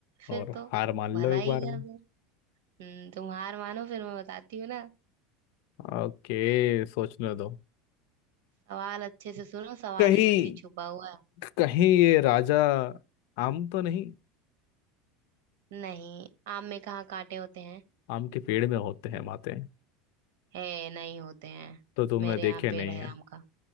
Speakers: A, on the right; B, on the left.
A: फिर
B: और
A: तो
B: हार मान
A: भला
B: लो एक
A: ही
B: बार में
A: कर दूं हम्म तुम हार मानो फिर मैं बताती हूँ ना
B: ओके सोचने दो
A: सवाल अच्छे से सुनो सवाल
B: कहीं
A: में ही छुपा हुआ है
B: कहीं ये राजा आम तो नहीं
A: नहीं आम में कहाँ कांटे होते हैं
B: आम के पेड़ में होते हैं माते
A: है नहीं होते हैं
B: तो तुमने
A: मेरे
B: देखे
A: यहाँ पेड़
B: नहीं
A: है
B: है
A: आम का